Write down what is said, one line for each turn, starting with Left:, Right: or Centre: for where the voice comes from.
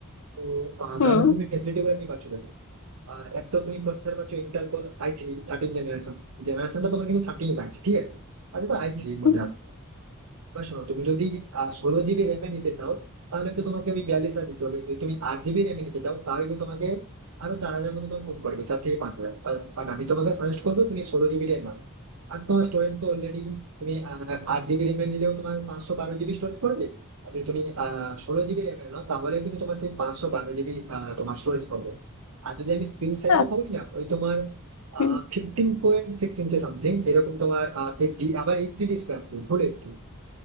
Right: তো আহ,
Left: হুম
Right: তার মধ্যে তুমি ফেসিলিটি গুলো কি পাচ্ছ দেখো আর এক তো তুমি প্রসেসর পাচ্ছ Intel core I three থার্টিন generation জেনারেশনটা তোমার কিন্তু থার্টিন থাকছে ঠিক আছে আর ওটা আই থ্রির
Left: হুম,
Right: মধ্যে আছে এবার শোনো তুমি যদি ষোলো জিবি র্যামে নিতে চাও তাহলে তো তোমাকে ওই বিয়াল্লিশ হাজার দিতে হবে যদি তুমি আট জিবি র্যামে নিতে চাও তাহলে তো তোমাকে আরো চার হাজার মতো তোমার কম পড়বে চার থেকে পাঁচ হাজার বাট আমি তোমাকে সাজেস্ট করবো তুমি ষোলো জিবিটাই নাও আর তোমার স্টোরেজ তো অলরেডি তুমি আহ, আট জিবি র্যামে নিলেও তোমার পাঁচশো বারো জিবি স্টোরেজ পড়বে আর যদি তুমি আহ ষোলো জিবি র্যামে নাও তাহলে কিন্তু তোমার সেই পাঁচশো বারো জিবি তোমার স্টোরেজ পাবে আর যদি আমি স্ক্রিন সাইজের
Left: আচ্ছা
Right: কথা বলি না ওই তোমার
Left: হুম,
Right: ফিফটিন পয়েন্ট সিক্স ইঞ্চি সামথিং এরকম তোমার এইচডি আবার এইচডি ডিসপ্লে আসবে ফুল এইচডি